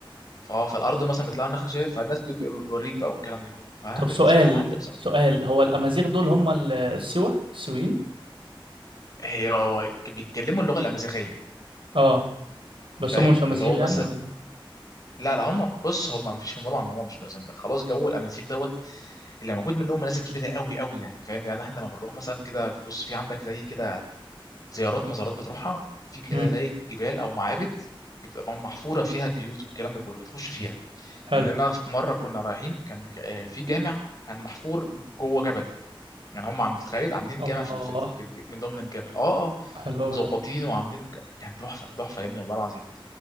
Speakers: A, on the left (about 40°); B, on the right (about 70°).
A: فاه فالارض مثلا بتلاقي النخله شايف فالناس بت- بتوريك بقى والكلام ده كله فانا
B: طب
A: بالنسبه
B: سؤال
A: لي يا معلم سواء
B: سؤال هو الامازيغ دول هم ال- السوا السويين
A: هي هو ك- بيتكلموا اللغه الامازيغيه
B: اه بس
A: فاهم
B: هم مش امازيغ
A: اللي هو
B: يعني
A: مثلا
B: ولا
A: لا لا هم بص هم ما فيش من طبعا هم مش مزم- خلاص جو الامازيغ دوت اللي موجود منهم ناس كبيره قوي قوي يعني فاهم يعني احنا لما بنروح مثلا كده بص في عندك زي كده زيارات مزارات بتروحها في كده
B: امم
A: زي جبال او معابد بتبقى محفوره فيها بيوت والكلام ده كله بتخش فيها
B: حلو
A: يعني انا في مره كنا رايحين كان آه، في جامع كان محفور جوه جبل يعني هم عاملين تخيل عاملين الجامع
B: الله
A: في, ال- في, ال- في الج- من ضمن الجبل اه آه،
B: حلو
A: ومظبطين
B: قوي ده
A: وعاملينه بك- كان تحفه تحفه يا ابني والله العظيم